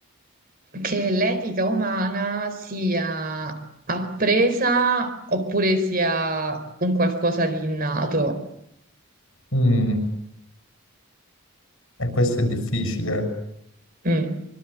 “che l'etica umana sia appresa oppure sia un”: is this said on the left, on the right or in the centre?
Right